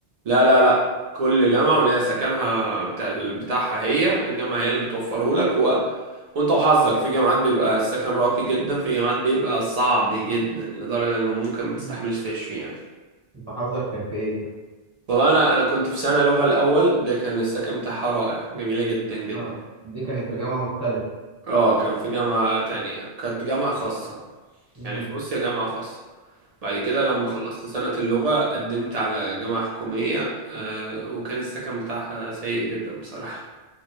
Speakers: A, on the right; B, on the right.
A: لا لا لا كل جامعة وليها سكنها بتاع ال- بتاعها هي الجامعة هي اللي بتوفره لك و... وانت وحظك في جامعات بيبقى السكن راقي جدا في جامعات بيبقى صعب جدا لدرجة انه ممكن ما
B: مم.
A: تستحملش تعيش فيه يعني
B: انت حظك كان في ايه
A: والله انا انا كنت في سنة لغة الاول ده كان السكن بتاعها رائع جميلة جدا جدا
B: اه دي كانت في جامعه مختلفه
A: اه كان في جامعة تانية كانت جامعة خاصة
B: امم
A: يعني في روسيا جامعة خاصة بعد كده لما خلصت سنة اللغة قدمت على جامعة حكومية آه، وكان السكن بتاعها سيء جدا بصراحة